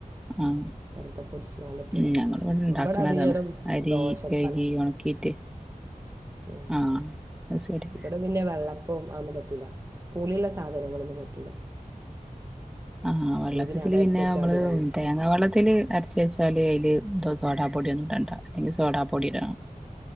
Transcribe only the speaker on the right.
വെറുതെ പൊടിച്ച് നല്ല തിന്നും
ഇവിടെ അധികം
ദോശക്കാണ്
ഉം.
ഇവിടെ പിന്നെ വെള്ളപ്പം അതൊന്നും പറ്റൂല്ല പുളിയുള്ള സാധനങ്ങളൊന്നും പറ്റൂല.
അല്ലെങ്കിൽ അതരിച്ചാൽ
മതി രണ്ട്